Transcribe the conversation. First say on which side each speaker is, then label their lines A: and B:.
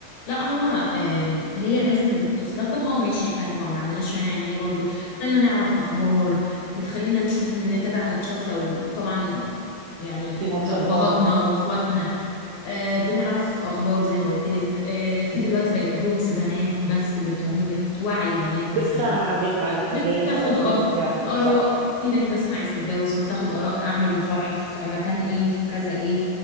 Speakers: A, on the left (about 70°); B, on the right (about 80°).
A: لا هو آم، هي لازم تستخدم اه ماشي احنا طبعا ما عندناش مانع ان هي برضه تخلينا نعرف اخبار بتخلينا نشوف من نتابع ماتشات لو طبعا يعني
B: في ماتشات
A: لأبهاتنا
B: بره مصر
A: واخواتنا
B: مم.
A: آه بنعرف اخبار زي ما قلت لك آه في
B: مم.
A: دلوقتي بقت جروبس بنات بس بتكون
B: مم.
A: بتوعي البنات
B: بتساعدك
A: مثلا
B: على حاجات
A: بتاخد
B: او كده
A: اه
B: فعلا
A: آراء
B: صح
A: في بنت مثلا عايزة تتجوز فبتاخد آراء أعمل الفرح في مكان إيه في كذا إيه